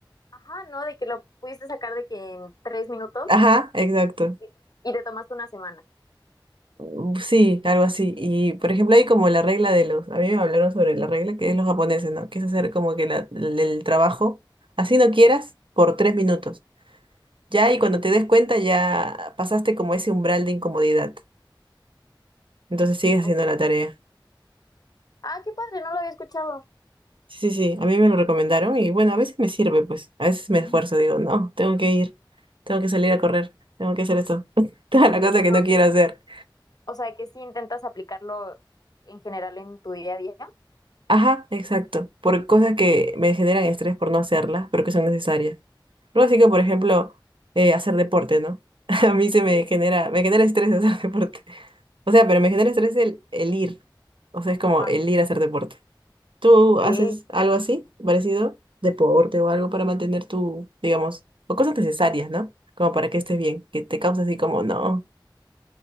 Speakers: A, on the left; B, on the right.
A: Ajá, ¿no? De que lo pudiste sacar de que en tres minutos
B: Ajá, exacto.
A: y y te tomaste una semana.
B: Mm, Sí, algo así. Y por ejemplo, hay como la regla de los, a mí me hablaron sobre la regla que es los japoneses, ¿no? Que es hacer como que la- el, el trabajo, así no quieras, por tres minutos. Ya, y cuando te des cuenta, ya pasaste como ese umbral de incomodidad. Entonces sigues haciendo
A: Ok.
B: la tarea.
A: Ah, qué padre, no lo había escuchado.
B: Sí, sí, sí, a mí me lo recomendaron y bueno, a veces me sirve, pues, a veces me
A: Ujú.
B: esfuerzo, digo, no, tengo que ir, tengo que salir a correr, tengo que hacer esto, <laughs> toda la cosa
A: Ajá.
B: que no quiero hacer.
A: O sea, que sí intentas aplicarlo en general en tu día a día.
B: Ajá, exacto, por cosas que me generan estrés por no hacerlas, pero que son necesarias. Algo así que, por ejemplo, eh, hacer deporte, ¿no? <laughs> A mí se
A: Ujú.
B: me genera, me genera estrés <laughs> hacer deporte. O sea, pero me genera estrés el, el ir. O sea, es como
A: Ajá,
B: el ir a hacer deporte. ¿Tú
A: ok.
B: haces algo así, parecido? Deporte o algo para mantener tu, digamos, o cosas necesarias, ¿no? Como para que estés bien, que te causa así como, no.